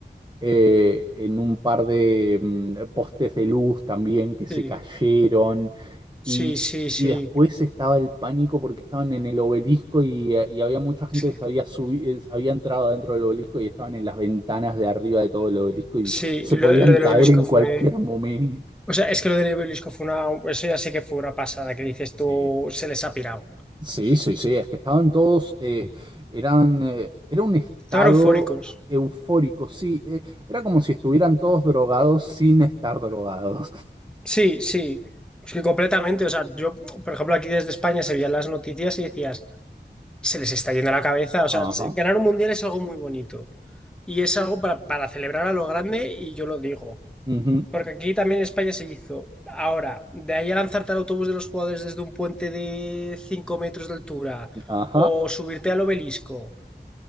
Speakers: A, on the right; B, in the centre.
A: eh, en un par de mm, postes de luz también que se
B: Sí,
A: cayeron
B: sí,
A: y,
B: sí, sí.
A: y después estaba el pánico porque estaban en el obelisco y, eh, y había mucha gente
B: Es que,
A: que se había subido, había entrado dentro del obelisco y estaban en las ventanas de arriba de todo el obelisco y
B: sí,
A: se
B: lo,
A: podían
B: lo del
A: caer
B: obelisco
A: en cualquier
B: fue...
A: momento.
B: O sea, es que lo del obelisco fue una... Eso ya sé que fue una pasada, que dices
A: Sí.
B: tú, se les ha pirado.
A: Sí, sí, sí, es que estaban todos, eh, eran, eh, era un estado
B: Estaban eufóricos.
A: eufórico, sí, eh, era como si estuvieran todos drogados sin estar drogados.
B: Sí, sí, es que completamente. O sea, yo, por ejemplo, aquí desde España se veían las noticias y decías, se les está yendo la cabeza. O sea,
A: Ajá,
B: se- ganar un mundial es algo muy bonito y es algo para, para celebrar a lo grande y yo lo digo.
A: ujú,
B: Porque aquí también en España se hizo. Ahora, de ahí a lanzarte al autobús de los jugadores desde un puente de 5 metros de altura
A: ajá.
B: o subirte al obelisco,